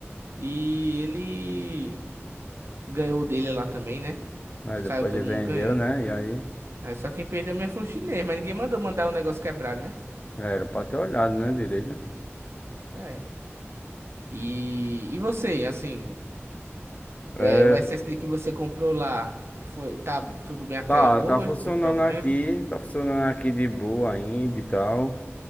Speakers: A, on the right; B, on the left.
A: e ele ganhou o dele lá também, né?
B: Aí depois
A: Saiu todo
B: ele
A: mundo
B: vendeu,
A: ganhando.
B: né? E aí...
A: Aí só quem perdeu mesmo foi o chinês, mas ninguém mandou mandar o negócio quebrado, né?
B: Era pra ter olhado, né, direito.
A: É. E, e você, assim.
B: É,
A: É, o SSD que você comprou lá, foi, tá tudo bem até
B: tá,
A: hoje?
B: tá funcionando
A: Deu problema?
B: aqui, tá funcionando aqui de boa ainda e tal.